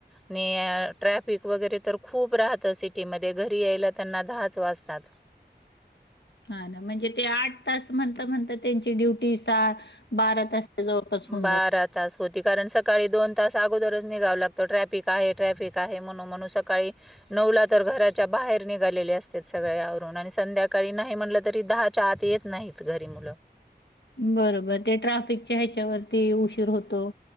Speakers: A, in the centre; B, on the left.
A: आणि ट्रॅफिक वगैरे तर खूप राहतं सिटीमध्ये घरी यायला त्यांना दहाच वाजतात
B: हा ना म्हणजे ते आठ तास म्हणता, म्हणता त्यांची ड्युटी सहा, बारा तास जवळपास होऊन
A: बारात
B: जाते
A: तास होती कारण सकाळी दोन तास अगोदरच निघावं लागतं ट्रॅफिक आहे ट्रॅफिक आहे म्हणून म्हणून सकाळी नवला तर घराच्या बाहेर निघालेले असते सगळवरून आणि संध्याकाळी नाही म्हणलं तरी दहा च्याआत येत नाहीत घरी मुलं.
B: बरोबर ते ट्राफिकच्या ह्याच्यावरती उशीर होतो.